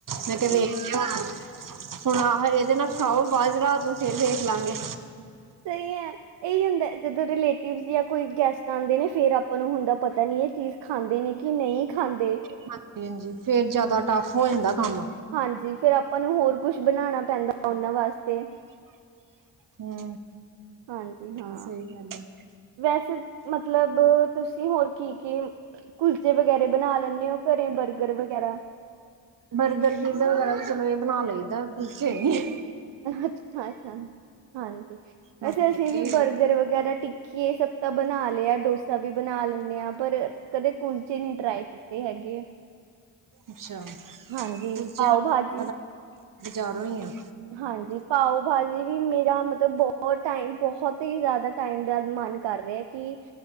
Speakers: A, on the right (about 45°); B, on the right (about 70°).
A: ਮੈਂ ਕਿਹਾ ਵਖ ਹੁਣ ਆਹ, ਇਹਦੇ ਨਾਲ ਖਾਓ ਬਾਅਜ ਰਾਤ ਨੂੰ, ਫਿਰ ਦੇਖ ਲਾਂਗੇ।
B: ਸਹੀ ਹੈ, ਇਹੀ ਹੁੰਦਾ ਜਦੋਂ ਰਿਲੇਟਿਵਸ ਜਾਂ, ਕੋਈ ਗੈਸਟ ਆਉਂਦੇ ਨੇ, ਫੇਰ ਆਪਾਂ ਨੂੰ ਹੁੰਦਾ ਪਤਾ ਨੀ ਹੈ। ਚੀਜ਼ ਖਾਂਦੇ ਨੇ, ਕਿ ਨਹੀਂ ਖਾਂਦੇ।
A: ਹਾਂਜੀ ਹਾਂਜੀ, ਫੇਰ ਜਿਆਦਾ ਟੱਫ ਹੋ ਜਾਂਦਾ। ਕੰਮ
B: ਹਾਂਜੀ, ਫਿਰ ਆਪਾਂ ਨੂੰ ਹੋਰ ਕੁਛ ਬਣਾਉਣਾ ਪੈਂਦਾ, ਉਹਨਾਂ ਵਾਸਤੇ।
A: ਹੂ
B: ਹਾਂਜੀ ਹਾਂ।
A: ਸਹੀ ਗੱਲ ਹੈ।
B: ਵੈਸੇ, ਮਤਲਬ ਤੁਸੀਂ, ਹੋਰ ਕੀ-ਕੀ ਕੁਲਚੇ ਵਗੈਰਾ ਬਣਾ ਲੈਂਦੇ ਹੋ, ਘਰੇ ਬਰਗਰ ਵਗੈਰਾ।
A: ਬਰਗਰ, ਪੀਜ਼ਾ, ਵਗੈਰਾ ਵੀ ਚਲੋ ਇਹ ਬਣਾ ਲਈਦਾ। ਕੁਲਚੇ, ਨਹੀਂ
B: ਅੱਛਾ-ਅੱਛਾ, ਹਾਂਜੀ, ਵੈਸੇ
A: ਹਾਂਜੀ
B: ਅਸੀਂ ਵੀ
A: ਇਹ
B: ਬਰਗਰ,
A: ਚੀ
B: ਵਗੈਰਾ ਟਿੱਕੀਏ, ਸਭ ਤਾਂ ਬਨਾ ਲਿਆ, ਡੋਸਾ ਵੀ ਬਨਾ ਲੈਂਨੇ ਆ, ਪਰ ਕਦੇ ਕੁਲਚੇ ਨੀ ਟਰਾਈ ਕੀਤੇ ਹੈਗੇ।
A: ਅੱਛਾ,
B: ਹਾਂਜੀ
A: ਕੁਲਚੇਆਂ
B: ਪਾਓ ਭਾਜੀ
A: <unintelligible> ਬਾਜ਼ਾਰੋ ਈ ਆਂ
B: ਹਾਂਜੀ, ਪਾਓ-ਭਾਹਜੀ ਵੀ, ਮੇਰਾ ਮਤਲਬ ਬੋਤ ਟਾਈਮ, ਬੋਹਤ ਹੀ ਜਾਦਾ ਟਾਈਮ ਦਾ ਮਨ ਕਰ ਰੇਆ ਕੀ